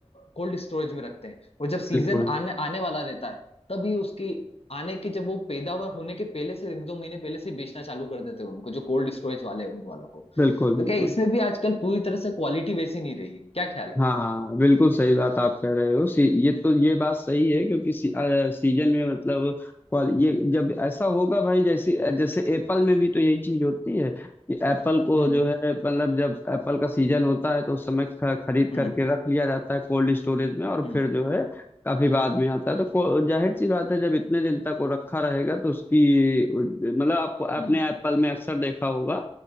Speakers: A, on the left; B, on the left.
A: कोल्ड स्टोरेज में रखते हैं और जब सीजन
B: बिल्कुल
A: आने आने वाला रहता है तभी उसकी आने की जब वो पैदावार होने के पहले से एक दो महीने पहले से बेचना चालू कर देते हैं उनको जो कोल्ड स्टोरेज वाले हैं उन वालों को
B: बिल्कुल बिल्कुल
A: तो क्या इसमें भी आजकल पूरी तरह से क्वालिटी वैसी नहीं रही है क्या ख्याल है
B: हाँ बिल्कुल सही बात आप कह रहे हो सी, ये तो ये बात सही है क्योंकि सी, अ, सीजन में मतलब क्वाल ये जब ऐसा होगा भाई जैसे जैसे एप्पल में भी तो यही चीज होती है कि एप्पल को
A: हम्म
B: जो है मतलब जब एप्पल का सीजन होता है तो उस समय ख, खरीद
A: हम्म
B: करके रख लिया जाता है कोल्ड स्टोरेज में और
A: हम्म
B: फिर जो है काफी बाद में आता है तो को- जाहिर सी बात है जब इतने दिन तक वो रखा रहेगा तो उसकी मतलब आपको आपने
A: हम्म
B: एप्पल में अक्सर देखा होगा